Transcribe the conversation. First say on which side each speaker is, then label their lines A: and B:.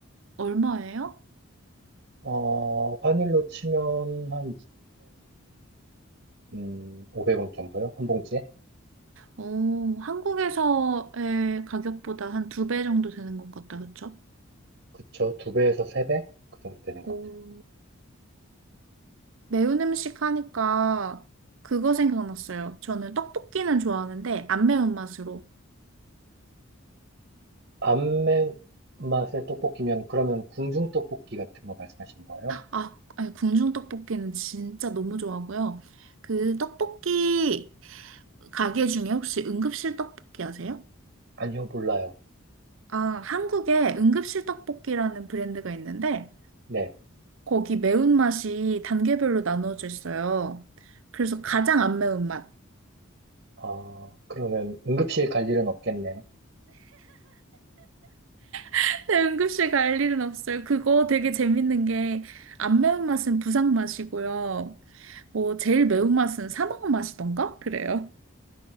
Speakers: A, on the right (about 65°); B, on the right (about 50°).
A: 얼마예요?
B: 어, 환율로 치면 한 2,500원 정도요? 한 봉지에?
A: 어, 한국에서의 가격보다 한 두 배 정도 되는 것 같다, 그쵸?
B: 그쵸. 두 배에서 세 배? 그 정도 되는 것
A: 오,
B: 같아요.
A: 매운 음식 하니까 그거 생각났어요. 저는 떡볶이는 좋아하는데 안 매운 맛으로.
B: 안 매운 맛의 떡볶이면 그러면 궁중 떡볶이 같은 거 말씀하시는 거예요?
A: 아, 아니, 궁중 떡볶이는 진짜 너무 좋아하고요. 그 떡볶이 가게 중에 혹시 응급실 떡볶이 아세요?
B: 아니요, 몰라요.
A: 아, 한국에 응급실 떡볶이라는 브랜드가 있는데
B: 네.
A: 거기 매운맛이 단계별로 나눠져 있어요. 그래서 가장 안 매운맛.
B: 아, 그러면 응급실 갈 일은 없겠네요.
A: <laughs> 네, 응급실 갈 일은 없어요. 그거 되게 재밌는 게 안 매운맛은 부상맛이고요. 뭐 제일 매운맛은 사망맛이던가? 그래요.